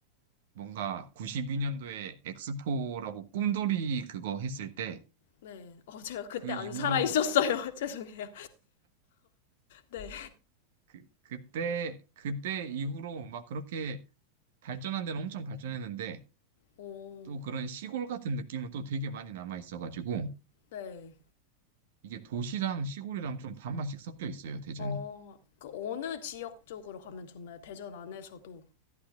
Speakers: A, on the right; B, on the left.
A: 뭔가 92년도에 엑스포라고 꿈돌이 그거 했을 때,
B: 네. 어, 제가 그때
A: 그
B: 안
A: 이후로,
B: 살아 있었어요. <laughs> 죄송해요. 네.
A: 그, 그때, 그때 이후로 막 그렇게 발전한 데는 엄청 발전했는데
B: 오,
A: 또 그런 시골 같은 느낌은 또 되게 많이 남아 있어가지고
B: 네.
A: 이게 도시랑 시골이랑 좀 반반씩 섞여 있어요, 대전이.
B: 어, 그 어느 지역 쪽으로 가면 좋나요? 대전 안에서도.